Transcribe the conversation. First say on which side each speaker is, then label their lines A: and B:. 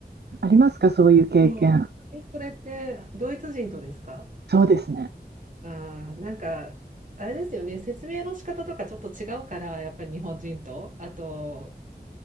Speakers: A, on the right; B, on the right.
A: ありますか、そういう経験。
B: うん。え、それってドイツ人とですか
A: そうですね。
B: ああ、なんか、あれですよね、説明の仕方とかちょっと違うから、やっぱり日本人と、あと、